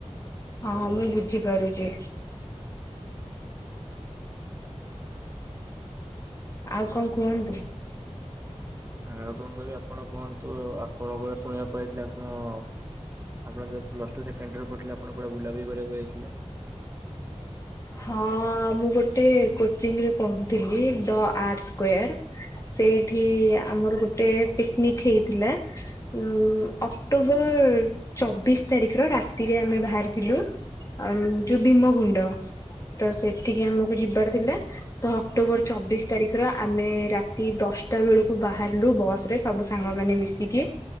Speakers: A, on the left (about 30°); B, on the right (about 20°).
A: ହଁ ହଁ ମୁଇଁ ବୁଝିପାରୁଛି।
B: ହ
A: ଆଉ କଣ କୁହନ୍ତୁ?
B: ଆ କଣ କହିବି ଆପଣ କୁହନ୍ତୁ ଆପଣଙ୍କ ଗ ଶୁଣିବାକୁ ପାଇଥିଲେ ଆପଣ ଆପଣ ପ୍ଲ ଟୁ ସେଣ୍ଡରେ ପିଢିଲେ ଆପଣ ବୁଲବୁଲି କରିବାକୁ ଯାଇଥିଲେ।
A: ହଁ ମୁଁ ଗୋଟେ କୋଚିଂ ରେ ପଢ଼ୁଥିଲି ଦ ଆର୍ଟ ସ୍କ୍ବାର। ସେଇଠି ଆମର ଗୋଟେ ପିକନିକ ହେଇଥିଲା। ଉ ଅକ୍ଟୋବର ଚବିଶ ତାରିଖ ର ରାତିରେ ଆମେ ବାହାରିଥିଲୁ। ଆଉ ଯୋଉ ଭୀମଗୁଣ୍ଡ। ତ ସେଠିକି ଆମକୁ ଯିବାର ଥିଲା ତ ଅକ୍ଟୋବର ଚବିଶ ତାରିଖ ର ଆମେ ରାତି ଦଶଟା ବେଳକୁ ବାହାରିଲୁ ବସ ରେ। ସବୁ ସାଙ୍ଗମାନୋନେ ମିଶିକି।